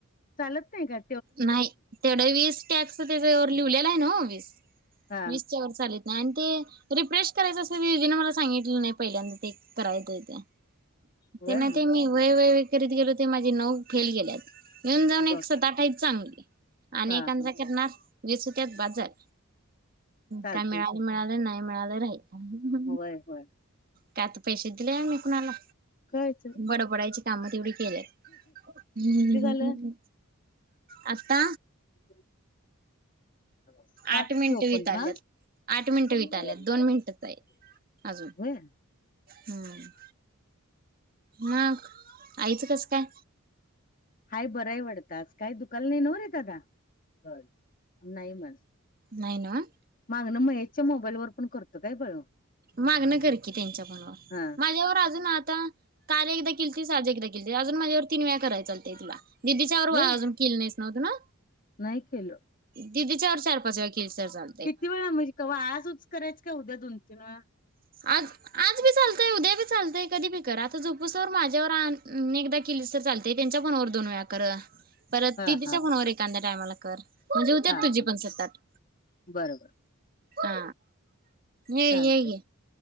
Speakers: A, on the left; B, on the right.
A: चालत नही काय?
B: नाही, तेवढ वीस टॅक्स, त्याच्यावर लिहलेला य ना ओ वीस,
A: हा
B: वीसच्या वर चालत नहि आण ते, रिफ्रेश करायचं असल, दिदीन मला सांगितलं नाई, पहिल्यांदा ते, करायचं, ते.
A: होय
B: त्यांना ते, मी व्हय-व्हय करीत गेलो, ते माझे नऊ, फेल गेल्यात. येऊन जाऊन एक
A: बघ
B: <unintelligible> हाय चांगली आणि
A: हा
B: एकांचं
A: हा
B: करणार ज्याच त्यात पाच हाय,
A: चालते
B: काय मिळा-
A: की
B: मिळाले नाही, मिळाले राहील.
A: होय- होय
B: त्यात पैशे दिले मी, कुणाला
A: कायच?
B: बड-बडायची कामं, तेवदि केल्या. ह्म.
A: किती झालं
B: आता?
A: <inaudible> सात
B: आठ मिनिटं
A: चोपण
B: विताल्यात.
A: का?
B: आठ मिनिटं
A: <unintelligible>
B: विताल्यात दोन मिनिटच आहे अजून
A: व्हय?
B: हम्म. मग, आइचं कस काय?
A: हाय, बरय वाटत आज? काही दुखाल नही नव्ह रे, दादा? नाय. नाही ना.
B: नाही न्हवं?
A: माज न महेशच्या मोबाईल वर, पण करतो काय, बळ?
B: मागण करकी त्यांच्या फ़ोनवर,
A: हा
B: माझ्यावर अजून आता काल एकदा केलतीस, आज एकदा केलतीस, अजून माझ्यावर तीन वेळा कराय चालतेय तुला, दिदीच्यावर
A: होय
B: अजून केली नहीस नव्हतना?
A: नाही केल.
B: दिदीच्या वर, चार-पाच वेळा केली तर चाल
A: किती वेळा म्हजी, कव्हा आजच करायचं, का उद्या दोन-तीन वेळा?
B: आज-आज बी चालतय, उद्या बी चालतंय, कधी बी कर, आता झोपूस तर, माझ्यावर आ ण एकदा केलीस तर चालतय, त्यांच्या फोनवर, दोन वेळा कर. परत
A: हा
B: दीदीच्या
A: हा
B: फोनावर एखांद्या टायमाला कर, म्हणजे होत्यात,
A: हा
B: तुझी
A: हा
B: पण सात-आठ.
A: बरोबर
B: हा ये
A: चालतय
B: ये ये